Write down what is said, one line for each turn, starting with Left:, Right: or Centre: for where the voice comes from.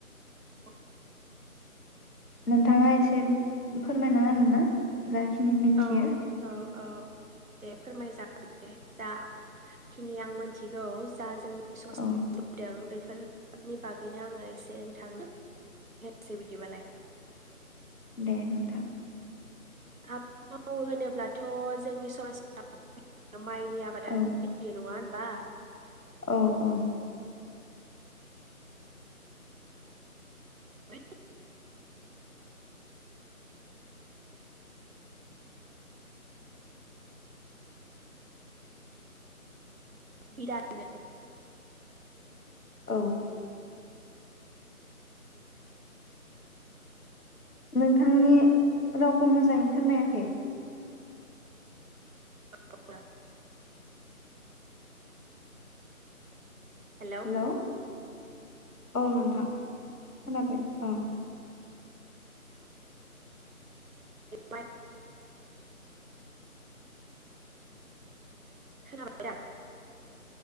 Right: अ
Left: नोंथाङा एसे फोरमायना होनो? ना जाखिनि मिथियो
Right: औ औ औ दे फोरमायजागोन दे जाखिनि आं मोनथि औ जा जोंनि स
Left: औ
Right: फैदों <unintelligible> बेफोरनि बागैनो आङो एसे नोंथाङा होनसै बिदिबालाय
Left: दे नोंथां
Right: आबाद माव होनोब्लाथ' जोंनि समाज आबाद माइनि आबादानो
Left: औ
Right: ए नङा होमबा
Left: औ औ
Right: <unintelligible> बिरानो
Left: औ नोंथांनि रावखौ मोजाङै खोनायाखै
Right: <unintelligible> हेलौ
Left: हेल औ नोंथां खोनाबाय ओं हेल'
Right: माइ <unintelligible>